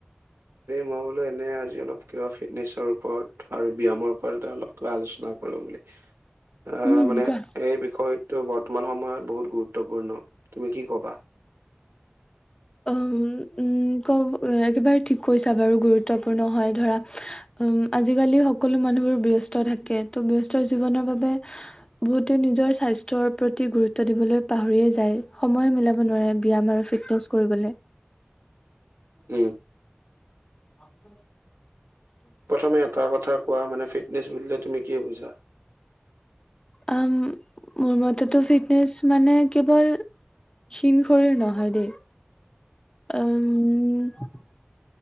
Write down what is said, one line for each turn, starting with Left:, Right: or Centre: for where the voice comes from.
Right: মই বোলো এনেই আজি অলপ কিবা ফিটনেছৰ ওপৰত আৰু ব্যায়ামৰ ওপৰত এটা অলপ কিবা আলোচনা কৰো। আহ
Left: উম
Right: মানে
Left: কোৱা
Right: এই বিষয়টো বৰ্তমান সময়ত বহুত গুৰুত্বপূৰ্ণ তুমি কি ক'বা? <inaudible>
Left: উম, উম, একেবাৰে ঠিক কৈছা বাৰু গুৰুত্বপূৰ্ণ হয় ধৰা উম আজিকালি সকলো মানুহোৰ ব্যস্ত থাকে। ত' ব্যস্ত জীৱনৰ বাবে বহুতো নিজৰ স্বাস্থ্য প্ৰতি গুৰুত্ব দিবলৈ পাহৰিয়ে যায় সময় মিলাব নোৱাৰে ব্যায়াম আৰু ফিটনেছ কৰিবলৈ
Right: উ
Left: আ ক
Right: প্ৰথমে এটা কথা কোৱা মানে ফিটনেছ বুলিলে তুমি কি বুজা?
Left: উম মোৰ মতেতো ফিটনেচ মানে কেৱল শিংঘৰি নহয় দেই উম